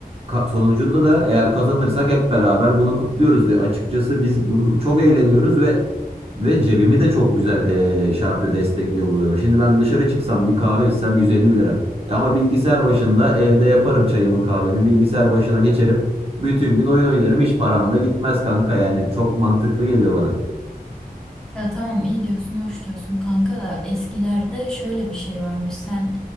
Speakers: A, on the right (about 40°); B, in the centre.
A: ka- sonucunda da eğer kazanırsak hep beraber bunu kutluyoruz. Ve açıkçası biz bunu çok eğleniyoruz ve ve cebimi de çok güzel eee şey yapıyor, destekliyor bu durum. Şimdi ben dışarı çıksam bir kahve içsem 150 lira. E ama bilgisayar başında evde yaparım çayımı kahvemi bilgisayar başına geçerim. Bütün gün oyun oynarım hiç param da gitmez kanka yani çok mantıklı geliyor bana.
B: Ya tamam iyi diyorsun, hoş diyorsun kanka da eskilerde şöyle bir şey varmış. Sen